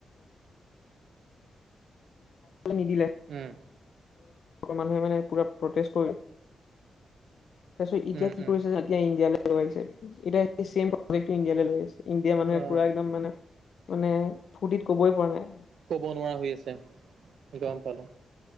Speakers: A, on the left; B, on the right.
A: নিদিলে
B: উম
A: মানুহে মানে পুৰা প্ৰটষ্ট কৰি তাৰপিছত, এতিয়া
B: উম
A: কি
B: উম
A: কৰিছে যে, এতিয়া ইণ্ডিয়ালৈ লৈ আহিছে এতিয়া ছেম প্ৰজেক্টো ইণ্ডিয়ালৈ লৈ আহিছে ইণ্ডিয়া মানুহে
B: অ
A: পুৰা একদম মানে, মানে ফূৰ্তিত কবই পৰা নাই
B: কব নোৱাৰা হৈ আছে, গম পালো